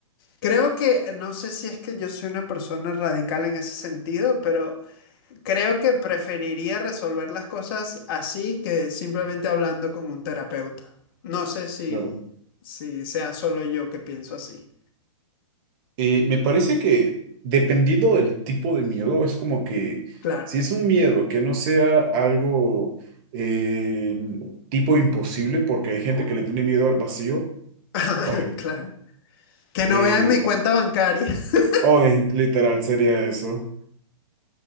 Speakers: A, on the left; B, on the right.
A: Creo que, no sé si es que yo soy una persona radical en ese sentido, pero Creo que preferiría resolver las cosas así que simplemente hablando con un terapeuta. No sé si,
B: claro.
A: si sea solo yo que pienso así.
B: Eh, me parece que dependiendo del tipo de miedo, es como que
A: Claro,
B: si es un miedo que no sea algo eh, tipo imposible, porque hay gente que le tiene miedo al vacío,
A: <laughs>
B: hoy,
A: claro. Que
B: eh,
A: no vean mi cuenta bancaria. <laughs>
B: ay, literal sería eso.